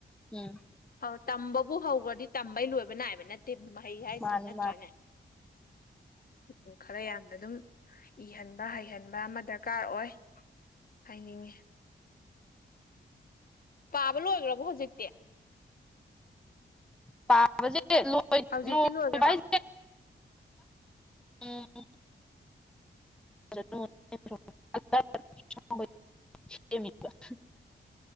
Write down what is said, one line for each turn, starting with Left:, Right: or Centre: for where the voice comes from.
Centre: ꯎꯝ ꯎꯝ
Left: ꯑꯧ ꯇꯝꯕꯕꯨ ꯍꯧꯒꯔꯗꯤ ꯇꯝꯕꯩ ꯂꯣꯏꯕ ꯅꯥꯏꯕ ꯅꯠꯇꯦ ꯃꯍꯩ ꯍꯥꯏꯖꯦ
Centre: ꯃꯥꯅꯤ
Left: ꯅꯠꯇ꯭ꯔꯅꯦ
Centre: ꯃꯥꯅꯤ
Left: ꯎꯝ ꯈꯔ ꯌꯥꯝꯅ ꯑꯗꯨꯝ ꯏꯍꯟꯕ ꯍꯩꯍꯟꯕ ꯑꯃ ꯗꯔꯀꯥꯔ ꯑꯣꯏ ꯍꯥꯏꯅꯤꯡꯉꯤ ꯄꯥꯕ ꯂꫭꯏꯒ꯭ꯔꯕꫭ ꯍꯧꯖꯤꯛ
Centre: ꯄꯖꯦ <unintelligible> ꯂꯣꯏ
Left: ꯍꯧꯖꯤꯛꯇꯤ
Centre: ꯂꯣꯏ
Left: ꯂꯣꯏꯈ꯭ꯔꯕ
Centre: ꯎꯝ <unintelligible> <unintelligible>